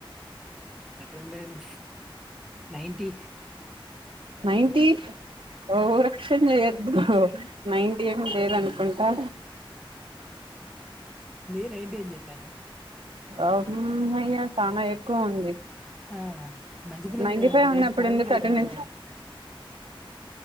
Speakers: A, in the centre; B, on the right (about 80°).
A: attendance ninety
B: ninety over action చేయొద్దు నైంటి ఏం లేదు అనుకుంటా
A: నైంటి అని చెప్పాను
B: అ హ్మ్ అయ్యా చానా ఎక్కువ ఉంది
A: ఆ మంచి పిల్లని
B: నైంటి
A: కదండి
B: ఫైవ్ ఉన్నప్పుడు
A: రోజు కాలేజీకి
B: ఎందుకంట
A: వెళ్తా ఉంటాను